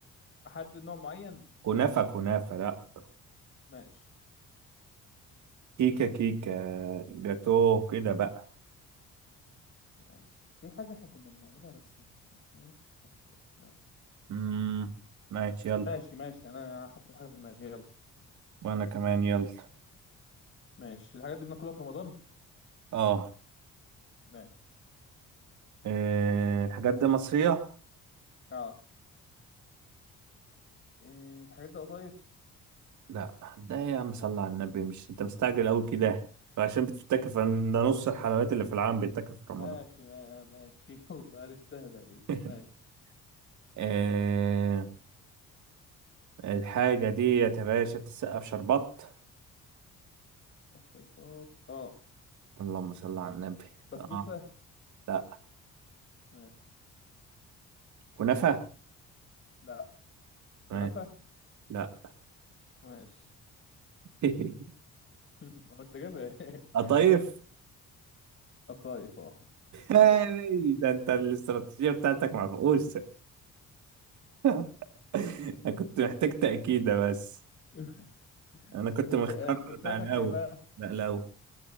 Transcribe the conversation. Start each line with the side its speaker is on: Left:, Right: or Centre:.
Left: أحدد نوع معين
Right: كنافة كنافة لا
Left: ماشي
Right: كيكة كيكة جاتو كده بقى
Left: ماشي في حاجة احنا كنا بنعملها بس مش أنا ناسي اسمها كان اسمها ايه
Right: امم ماشي يلا
Left: ماشي ماشي انا أنا حطيت حاجة في دماغي يلا
Right: وانا كمان يلا
Left: ماشي الحاجات دي بناكلها في رمضان
Right: اه
Left: ماشي
Right: إيه، الحاجات دي مصرية
Left: اه إيه الحاجات دي قطايف
Right: لا ده يا عم صلى على النبي مش انت مستعجل
Left: <laughs>
Right: قوي كده عشان بتفتكر في- ده نص الحلويات اللي في العالم بيتاكل في
Left: ماشي
Right: رمضان
Left: ما- ماشي <laughs> يلا عرفتها تقريبا
Right: <laughs>
Left: ماشي
Right: إيه، الحاجة دي يا باشا بتتسقف شربات
Left: شربات اه
Right: اللهم صل على النبي
Left: بسبوسة
Right: اه لا
Left: ماشي
Right: كنافة
Left: لا كنافة
Right: ماشي لا
Left: ماشي
Right: <laughs>
Left: <laughs> هو انت جايبها ايه
Right: قطايف
Left: <laughs> قطايف اه
Right: هاي ده انت الاستراتيجية بتاعتك معفقوسة <laughs> انا كنت محتاج تأكيدة بس
Left: <laughs>
Right: انا كنت
Left: انت
Right: مختار
Left: انت بتاعتك
Right: بقلاوة
Left: ايه بقى
Right: بقلاوة